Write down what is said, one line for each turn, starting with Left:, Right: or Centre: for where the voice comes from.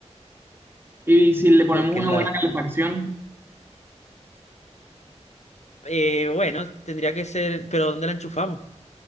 Right: Y si le ponemos
Left: <laughs> porque
Right: una
Left: la,
Right: buena calefacción.
Left: Eh, bueno, tendría que ser, pero ¿dónde la enchufamos?